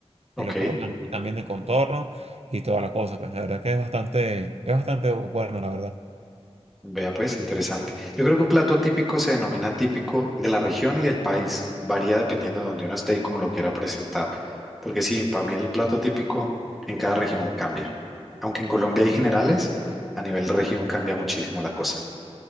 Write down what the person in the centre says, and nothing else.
Ok,
vea pues, interesante. Yo creo que un plato típico se denomina típico de la región y del país. Varía dependiendo de donde uno esté y cómo lo quiera presentar. Porque sí, para mí el plato típico en cada región cambia. Aunque en Colombia hay generales, a nivel región cambia muchísimo la cosa.